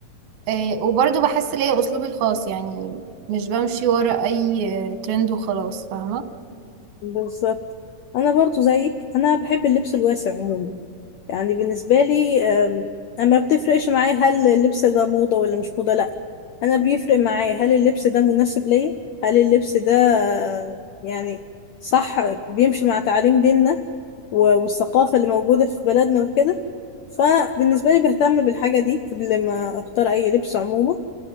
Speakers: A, on the right; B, on the left.
A: آه، وبرضو بحس ليا أسلوبي الخاص يعني مش بمشي ورا أي آه، ترند وخلاص فاهمة
B: بالظبط انا برضو زيك انا بحب اللبس الواسع عموما يعني بالنسبة لي أم، اما بتفرقش معايا هل اللبس ده موضة ولا مش موضة لا انا بيفرق معايا هل اللبس ده مناسب ليا هل اللبس ده آه، يعني صح بيمشي مع تعاليم ديننا و- والثقافة اللي موجودة في بلدنا وكده فبالنسبة لي بهتم بالحاجة دي قبل ما اختار اي لبس عموما